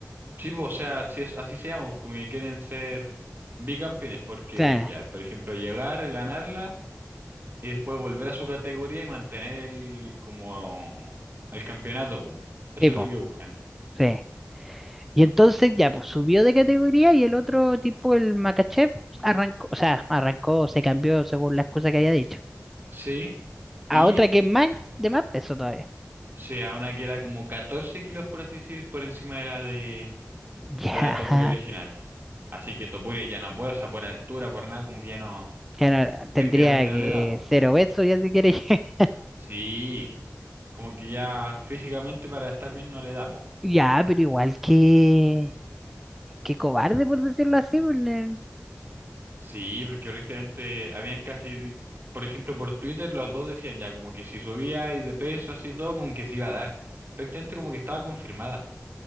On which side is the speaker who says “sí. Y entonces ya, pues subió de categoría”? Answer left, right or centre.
Centre